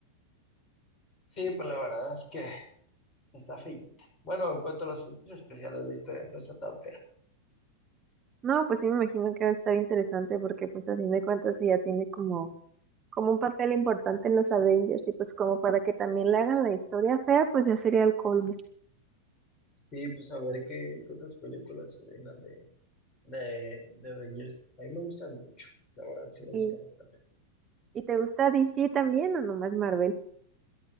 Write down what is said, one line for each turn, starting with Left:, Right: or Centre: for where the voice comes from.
Left: Sí, pues la verdad es que está feillita. Bueno, en cuanto a los efectos especiales, la historia no está tan fea.
Right: No, pues sí me imagino que va a estar interesante porque pues a fin de cuentas ella tiene como como un papel importante en los Avengers y pues como para que también le hagan la historia fea, pues ya sería el colmo.
Left: Sí, pues a ver qué, qué otras películas se vengan de, de, de Avengers. A mí me gustan mucho, la verdad sí me gustan
Right: ¿Y,
Left: bastante.
Right: y te gusta DC también o nomás Marvel?